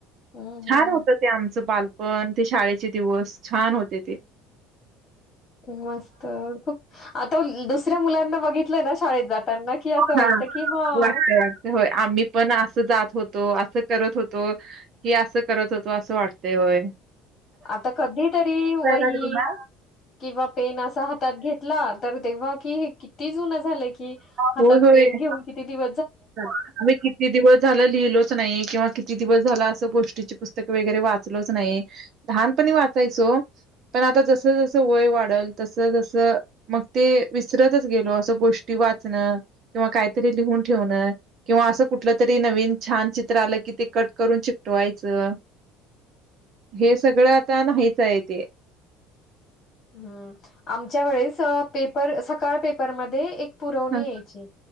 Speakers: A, on the left; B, on the right.
A: हम्म
B: छान
A: हम्म
B: होत ते आमच बालप पण ते शाळेचे दिवस छान होते ते,
A: मस्त! खूप आता दुसऱ्या मुलांना बघितलं ना शाळेत जातना की असं वाटत
B: हां.
A: की हां?
B: वाटतं, वाटतं. आम्ही पण असं जात होय असं करत होतो, की असं करत होतो, अस वाटतय वय.
A: आता कधी तरी वही
B: लागली ना
A: किंवा पेन असा हातात घेतला तर तेव्हा कि किती जुन झालं कि, हातात
B: होय, होय.
A: पेन घेऊन किती दिव
B: आम्ही किती दिवस झालं लिहिलोच नाही किंवा किती दिवस झाला असं गोष्ट ची पुस्तकं वगैरे वाचलोच नाही, लहानपणी वाचायचो. पण आता जस जस वय वाढल, तस तस मग ते विसरतच गेलो अस गोष्टी वाचन किंवा काहीतरी लिहून ठेवण, किंवा असं कुठलं तरी, नवीन छान चित्र आलं की ते कट करून चिकटवायचं.
A: <unintelligible>
B: हे सगळं आता नाहीच या ते,
A: ह्म, आमच्या वेळेस पेपर, सकाळ पेपरमध्ये एक पुरवणी
B: हा
A: येयची.